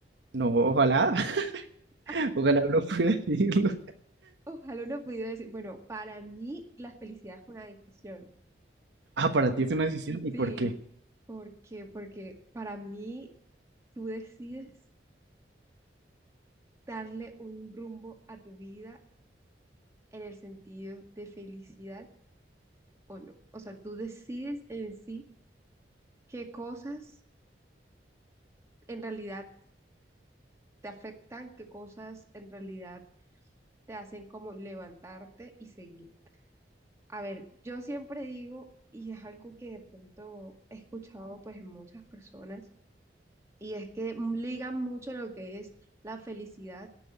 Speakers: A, on the right; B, on the right.
A: no, ojalá,
B: <laughs>
A: <laughs> ojalá uno pudiera decirlo.
B: Ojalá uno pudiera decir, bueno, para mí la felicidad es una decisión.
A: Ah, para
B: Por-
A: ti es una decisión. ¿Y
B: sí,
A: por qué?
B: porque, porque para mí tú decides darle un rumbo a tu vida en el sentido de felicidad o no. O sea, tú decides en sí qué cosas en realidad te afectan, qué cosas en realidad te hacen como levantarte y seguir. A ver, yo siempre digo, y es algo que de pronto he escuchado pues en muchas personas, y es que ligan mucho lo que es la felicidad